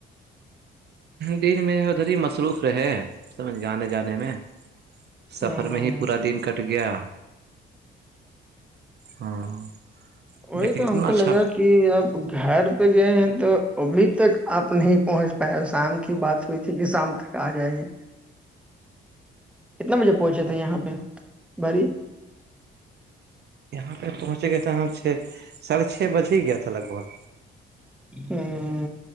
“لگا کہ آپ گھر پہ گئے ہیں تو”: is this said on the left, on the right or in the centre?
Centre